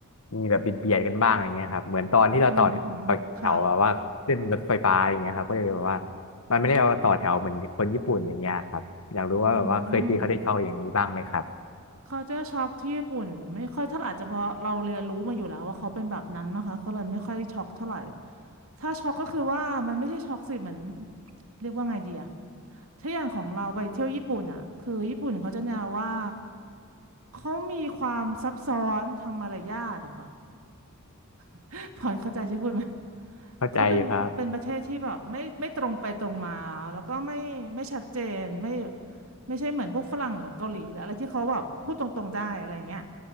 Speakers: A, on the left; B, on the right.
A: มีแบบบิดเบียดกันบ้างอะไรเงี้ยครับเหมือนตอนที่เราต่อต่อแถวแบบว่าขึ้นรถไฟฟ้าอย่างเงี้ยครับก็เลยแบบว่า
B: อืมหืมค่ะ
A: มันไม่ได้เอามาต่อแถวเหมือนคนญี่ปุ่นอย่างเงี้ยครับอยากรู้ว่าแบบว่าเคยเจอเขาได้เข้าอย่างนี้บ้างไหมครับ
B: อืม culture shock ที่ญี่ปุ่นไม่ค่อยเท่าไหร่อาจจะเพราะเราเรียนรู้มาอยู่แล้วว่าเขาเป็นแบบนั้นนะคะก็เลยไม่ค่อยช็อกเท่าไหร่ถ้าช็อกก็คือว่ามันไม่ใช่ช็อกสิเหมือนเรียกว่าไงดีอะถ้าอย่างของเราไปเที่ยวญี่ปุ่นอะคือญี่ปุ่นเขาจะแนวว่าเขามีความซับซ้อนทางมารยาทอะค่ะ <laughs> พลอยเข้าใจใช่พูดไหม
A: เข้าใจอยู่ครับ
B: เขาเป็นเป็นประเทศที่แบบไม่ไม่ตรงไปตรงมาแล้วก็ไม่ไม่ชัดเจนไม่ไม่ใช่เหมือนพวกฝรั่งหรือเกาหลีหรืออะไรที่เขาแบบพูดตรงๆได้อะไรอย่างเงี้ย